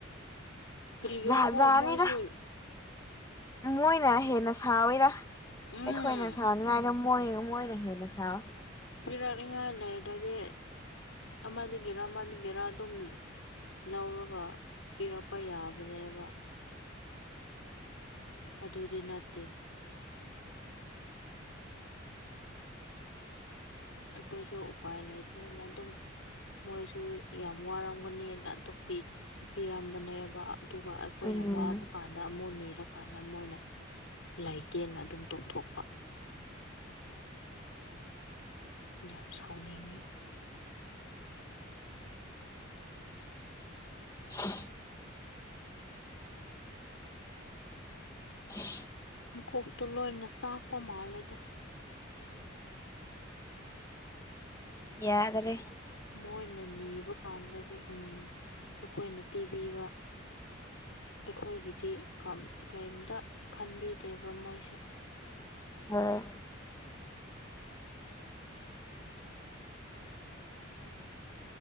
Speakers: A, on the left; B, on the left.
A: ꯀ꯭ꯔꯤꯒꯤꯔ
B: ꯖꯥꯠ
A: ꯍꯣ
B: ꯖꯥꯠꯅꯤꯗ
A: ꯃꯣꯏꯁꯨꯜ
B: ꯃꯣꯏꯅ ꯍꯦꯟꯅ ꯁꯥꯎꯋꯤꯗ
A: ꯎꯝ
B: ꯑꯩꯈꯣꯏꯅ ꯁꯥꯎꯅꯤꯡꯉꯥꯏꯗꯣ ꯃꯣꯏ ꯃꯣꯏꯅ ꯍꯦꯟꯅ ꯁꯥꯎꯋꯦ
A: ꯄꯤꯔꯛꯅꯤꯉꯥꯏ ꯂꯩꯔꯗꯤ ꯑꯃꯗꯒꯤꯔ ꯑꯃꯗꯒꯤꯔ ꯑꯗꯨꯝ ꯂ ꯂꯧꯔꯒ ꯄꯤꯔꯛꯄ ꯌꯥꯕꯅꯦꯕ ꯑꯗꯨꯗꯤ ꯅꯠꯇꯦ ꯑꯩꯈꯣꯏꯁꯨ ꯎꯄꯥꯏ ꯂꯩꯗꯗꯅ ꯑꯗꯨꯝ ꯃꯣꯏꯁꯨ ꯌꯥꯝ ꯋꯥꯔꯝꯒꯅꯤꯅ ꯑꯇꯨꯝ ꯄꯤ ꯄꯤꯔꯝꯕꯅꯦꯕ ꯑꯗꯨꯒ ꯑꯩꯈꯣꯏꯅ
B: ꯎꯝ
A: ꯋꯥꯕ ꯀꯥꯟ ꯀꯥꯟꯗ ꯑꯃꯨꯛ ꯅꯤꯔꯀꯥꯟꯗ ꯃꯣꯏꯅ ꯂꯩꯥꯏꯇꯦꯟꯅ ꯑꯗꯨꯝ ꯇꯣꯛꯊꯣꯛꯄ ꯌꯥꯝ ꯁꯥꯎꯅꯤꯡꯉꯦ
B: ꯁꯤ <inaudible>
A: ꯃꯨꯀꯣꯛꯇꯣ ꯂꯣꯏꯅ ꯆꯥꯛꯄ ꯃꯥꯜꯂꯦꯗ
B: ꯌꯥꯗ꯭ꯔꯦ
A: ꯃꯣꯏꯅ ꯅꯤꯕ ꯀꯥꯟꯗꯗꯤ ꯎꯝ ꯑꯩꯈꯣꯏꯅ ꯄꯤꯕꯤꯕ ꯑꯩꯈꯣꯏꯒꯤꯗꯤ ꯀꯔꯤꯝꯇ ꯈꯟꯕꯤꯗꯦꯕ ꯃꯣꯏꯁꯦ
B: <unintelligible>